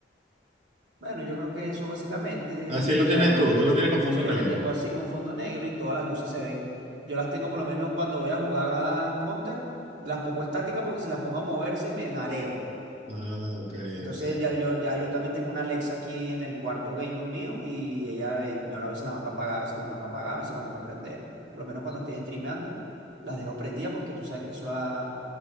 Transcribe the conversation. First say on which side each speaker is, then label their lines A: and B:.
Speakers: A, on the right; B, on the right.
A: Bueno, yo creo que eso básicamente
B: Así
A: y
B: lo tienes
A: adorno.
B: tú, tú lo tienes con fondo
A: Sí,
B: negro.
A: yo lo tengo así con fondo negro y todas las luces se ven. Yo las tengo por lo menos cuando voy a jugar a Counter, las pongo estática porque si las pongo a moverse me mareo.
B: Ah, ok,
A: Entonces
B: ok.
A: ya yo, ya yo también tengo una Alexa aquí en el cuarto gaming mío y ella, eh, yo a veces la mando a apagar, a veces la mando a apagar, a veces la mando a prender. Por lo menos cuando estoy streameando, las dejo prendidas porque tú sabes que eso, da-